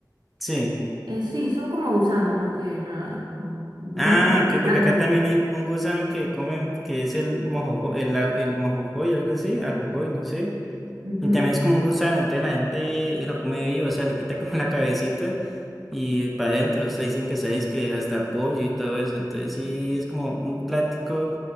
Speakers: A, in the centre; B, on the right (about 80°).
A: Sí.
B: Eh, sí, son como gusanos más que nada, como gusanos
A: Ah, ok,
B: blancos.
A: porque acá también hay un gusano que comen, que es el mojojoy, el, a- el mojojoy, algo así, ajojoy, no sé.
B: Ujú.
A: Y también
B: <laughs>
A: es como un gusano, entonces la gente lo come vivo, o sea, le quita como <laughs> la cabecita y para adentro, o sea, dicen que sabéis que hasta pollo y todo eso, entonces sí es como un plático